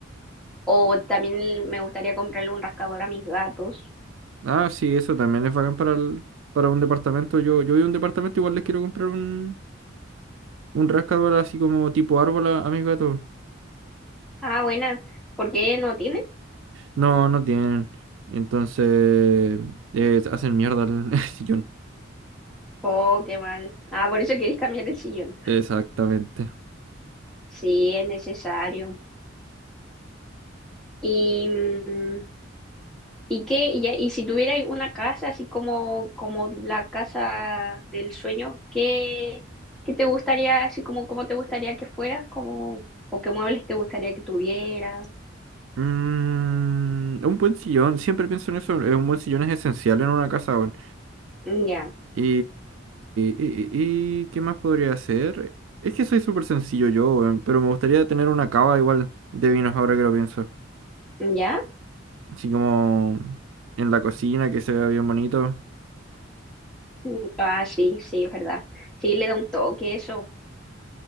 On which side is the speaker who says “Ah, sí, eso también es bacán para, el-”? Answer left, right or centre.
Right